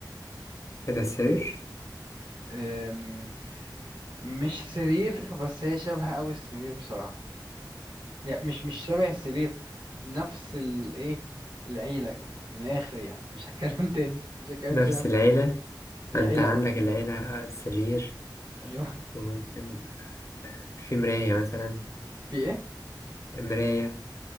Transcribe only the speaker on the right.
أم، مش سرير بس هي شبه قوي السرير بصراحة يعني مش مش شبه السرير نفس الايه العيلة كده من الآخر يعني مش هتكلم <laughs> تاني مش هتكلم
تاني أصلاً.
العيلة
اه
ايوه
في ايه